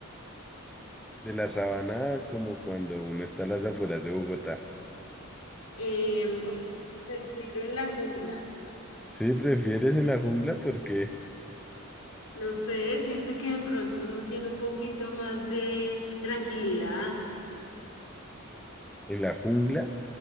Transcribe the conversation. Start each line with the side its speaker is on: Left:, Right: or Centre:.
Centre: De la sabana como cuando uno está a las afueras de Bogotá.
Left: Em, ok, prefiero en la jungla.
Centre: Sí, prefieres en la jungla porque
Left: No sé, siento que de pronto uno tiene un poquito más de tranquilidad,
Centre: en la jungla